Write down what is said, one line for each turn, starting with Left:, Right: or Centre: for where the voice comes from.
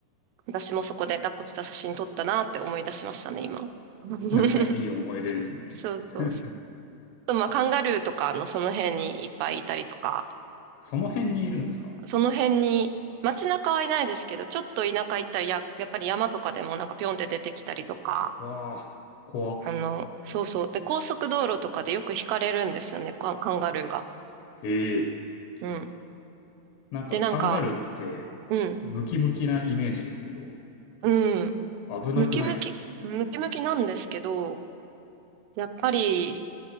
Right: 私もそこで抱っこした写真撮ったなって思い出しましたね、今。<laughs>
Left: <laughs> はいいい思い出ですね。
Right: そうそうそう。
Left: <laughs>
Right: あとまあ、カンガルーとかのその辺にいっぱいいたりとか、
Left: その辺にいるんですか
Right: その辺に、街中はいないですけど、ちょっと田舎行ったりや、やっぱり山とかでもなんかピョンって出てきたりとか、
Left: うわあ、怖っ。
Right: あの、そうそう。で、高速道路とかでよく引かれるんですよね、カンカンガルーが。
Left: へえ。
Right: うん。
Left: なんかカンガルーって
Right: で、なんか、うん、
Left: ムキムキなイメージですけど、
Right: うん、
Left: 危なくないですか
Right: ムキムキ、ムキムキなんですけど、やっぱり、